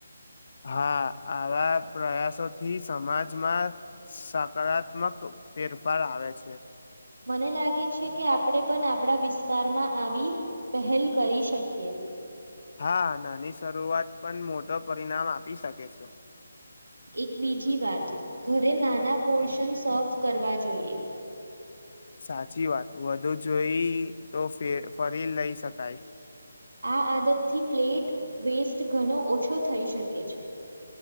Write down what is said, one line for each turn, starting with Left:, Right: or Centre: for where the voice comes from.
Left: હા આવા પ્રયાસોથી સમાજમાં સકારાત્મક ફેરફાર આવે છે
Right: મને લાગે છે કે આપણે પણ આપણા વિસ્તારમાં આવી પહેલ કરી શકીએ
Left: હા નાની શરૂઆત પણ મોટો પરિણામ આપી શકે છે
Right: એક બીજી વાત ઘરે નાના પોર્શન સર્વ કરવા જોઈએ
Left: સાચી વાત વધુ જોઈ તો ફરી લઈ શકાય
Right: આ આદતથી પ્લેટ વેસ્ટ ઘણો ઓછો થઈ શકે છે